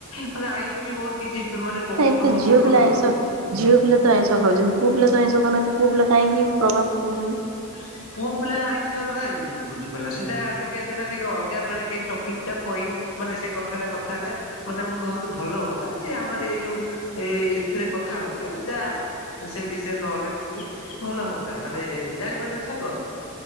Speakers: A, on the left; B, on the right.
A: ମାନେ ଆଇଁଷ ବି ବହୁତ କିଛି ଫେ ମାନେ ପକଉଛି
B: ନାଇଁତ
A: ତମ
B: ଏଠି
A: ଉପରେ
B: ଝିଅ
A: ପ୍ରଭାବ
B: ପିଲା ଆଇଁଷ ଝିଅ ପିଲା ତ ଆଇଁଷ ଖାଉଚନ୍ତି ପୁଅ ପିଲା ତ ଆଇଁଷ ଖାଉନାନ୍ତି ପୁଅ ପିଲା କାହିଁକି ପ୍ରଭାବ ପକଉଚନ୍ତି।
A: ହ। ପୁଅ ପିଲା ଆଇଁଷ ନା ହିଁ ବୁଝିପାରିଲ ସେଟା ଟିକେ ସେଟା ଟିକେ ଅଲଗା ବେଳେ କେ ଟପିକି ଟା ପଇଲେ ମାନେ ସେ କଥା ଟା କଥା ହେଲେ ମାନେ ମୁଁ ଭାବୁଛି ଭଲ ହୁଅନ୍ତା ଯେ ଆମର ଏଇ ଯୋଉ ଏଇ ଏଥିରେ କଥା ହଉଚେ ଏଇଟା ସେ ବିଷୟରେ ନହେଲେ ବହୁତ ଭଲ ହୁଅନ୍ତା ମାନେ ଜାଣିପାରୁଚ ନା ସାଙ୍ଗ।